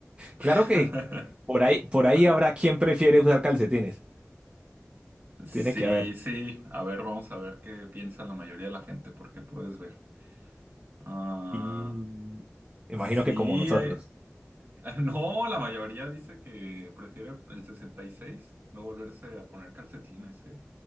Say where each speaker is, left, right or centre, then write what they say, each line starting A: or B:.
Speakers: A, on the right; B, on the right.
A: <laughs>
B: Claro que por ahí, por ahí
A: Ajá.
B: habrá quien prefiere usar calcetines.
A: Sí,
B: Tiene que haber.
A: sí. A ver, vamos a ver qué piensa la mayoría de la gente, porque puedes ver. Ah,
B: Y imagino
A: sí,
B: que como nosotros.
A: hay- <laughs> no, la mayoría dice que prefiere el 66 no volverse a poner calcetines, ¿eh?